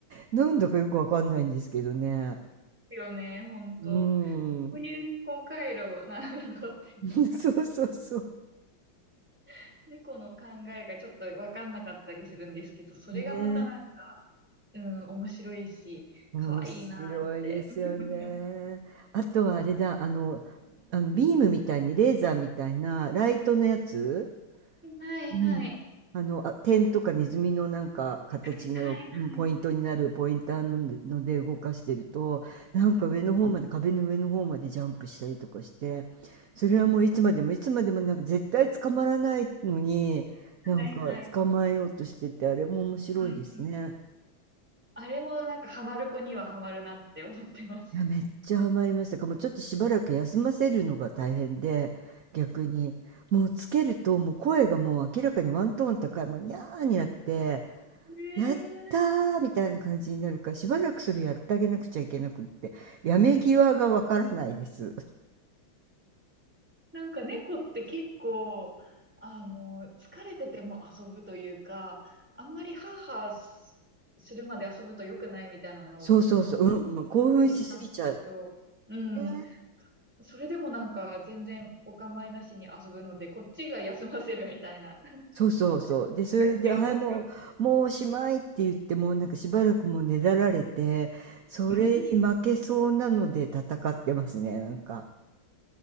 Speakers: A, on the right; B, in the centre.
A: なんだかよくわかんないんですけどね。
B: ですよね、本当。
A: うーん。
B: どういう思考回路なんだろうって、なんか、
A: <laughs> そうそうそう。
B: <laughs> 猫の考えがちょっと分かんなかったりするんですけど、それがまたなんか、
A: ね。
B: うん、面白いし、
A: 面白いですよね。
B: 可愛いなーって。<laughs>
A: あとはあれだ、あの、あのビームみたいにレーザーみたいなライトのやつ
B: はいはい。
A: うん。あの、あ、点とかネズミのなんか形のうんポイントになるポインターので、
B: いはいはい。
A: ので動かしてると、なんか上の方まで、
B: うんうん
A: 壁の上の方までジャンプしたりとかして、それはもういつまでもいつまでもなんか絶対捕まらないのに、
B: うん
A: なんか捕まえようとしてて、
B: はいはい。
A: あれも面白いですね。
B: うんうん。あれもなんかハマる子にはハマるなって思ってます。
A: いや、めっちゃハマりましたか。もうちょっとしばらく休ませるのが大変で、逆に。もうつけると、もう声がもう明らかにワントーン高い、もうニャーになって、
B: ねえ。
A: やったーみたいな感じになるから、しばらくそれやってあげなくちゃいけなくって、やめ際がわからないです。
B: なんか猫って結構、あの、疲れてても遊ぶというか、あんまりハーハーすするまで遊ぶと良くないみたいなのを、
A: そうそうそう、
B: なんか、
A: うんうん、
B: あっ
A: 興奮しすぎちゃう。
B: たりしたんですけど、うん。
A: ね。
B: それでもなんか全然お構いなしに遊ぶので、こっちが休ませるみたいな、
A: そうそうそう。
B: <laughs>
A: で、それで、
B: が必要ですよね。
A: はい、もう、もうおしまいって言って、もうなんかしばらくもうねだられて、それに負けそうなので戦ってますね、
B: うん。
A: なんか。